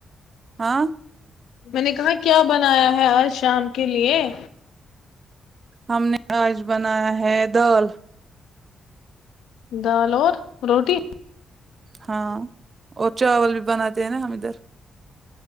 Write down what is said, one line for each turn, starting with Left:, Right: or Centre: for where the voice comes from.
Right: ہاں
Left: میں نے کہا کیا بنایا ہے آج شام کے لیے
Right: ہم نے آج بنایا ہے دال
Left: دال اور روٹی
Right: ہاں اور چاول بھی بناتے ہیں نا ہم ادھر